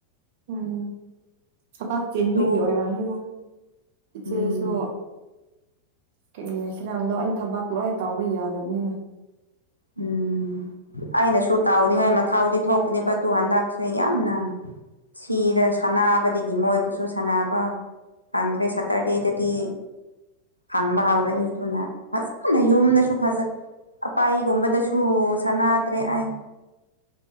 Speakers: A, on the right (about 50°); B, on the left (about 85°).
A: ꯎꯝ ꯊꯕꯥꯛ ꯆꯤꯟꯕꯒꯤ
B: ꯑꯗꯨ
A: ꯑꯣꯏꯔꯝꯅꯤꯗ ꯏꯆꯦꯁꯨ
B: ꯎꯝ
A: ꯀꯩ ꯍꯥꯏꯁꯤꯔ ꯂꯣꯏ ꯊꯕꯛ ꯂꯣꯏ ꯇꯥꯎꯕ ꯌꯥꯗꯕꯅꯤꯅ
B: ꯎꯝ ꯑꯩꯅꯁꯨ ꯇꯥꯎꯅꯤꯡꯉꯥꯏ ꯃꯊꯥꯎꯗꯤ ꯊꯣꯛꯄꯅꯦꯕ ꯑꯗꯨ ꯍꯟꯗꯛꯁꯦ ꯌꯥꯝꯅ ꯁꯤꯗ ꯁꯥꯟꯅꯕꯗꯒꯤ ꯃꯣꯏꯕꯨꯁꯨ ꯁꯥꯟꯅꯕ꯫ ꯅꯪꯗ꯭ꯔꯦ ꯁꯇ꯭ꯔꯗꯦꯗꯗꯤ꯫ ꯍꯥꯡꯕ ꯍꯧꯔꯅꯤ ꯑꯗꯨꯅ ꯐꯖꯅ ꯌꯨꯝꯗꯁꯨ ꯐꯖ ꯑꯥꯄꯥꯏ ꯒꯨꯝꯕꯗꯁꯨ ꯁꯥꯟꯅꯗ꯭ꯔꯦ ꯑꯩ